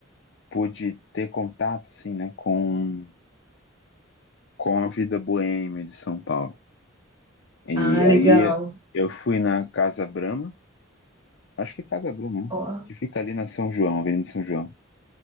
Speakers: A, on the left; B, on the right.
A: pude ter contato, assim, né, com com a vida boêmia de São Paulo. E
B: Ah,
A: aí
B: legal.
A: eu fui na Casa Brahma, acho que é Casa Brahma, né?
B: Ó,
A: que fica ali na São João, Avenida São João.